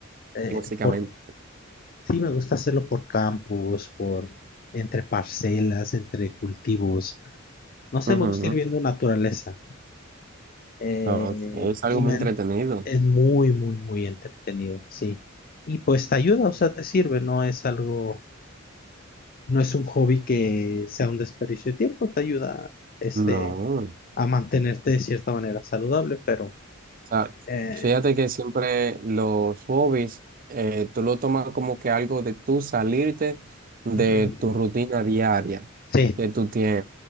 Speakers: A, on the left (about 45°); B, on the right (about 40°).
A: eh,
B: Básicamente.
A: por, sí me gusta hacerlo por campos, por entre parcelas, entre cultivos, no sé,
B: Ujú.
A: me gusta ir viendo naturaleza eh,
B: Ah, ok, es algo
A: y
B: muy
A: me,
B: entretenido.
A: es muy, muy, muy entretenido, sí. Y pues te ayuda, o sea, te sirve, no es algo no es un hobby que sea un desperdicio de tiempo, te ayuda este,
B: No. O
A: a mantenerte de cierta manera saludable, pero
B: sea,
A: eh,
B: fíjate que siempre los hobbies, eh, tú lo tomas como que algo de tú salirte de
A: ujú,
B: tu rutina diaria
A: sí,
B: que tú tienes,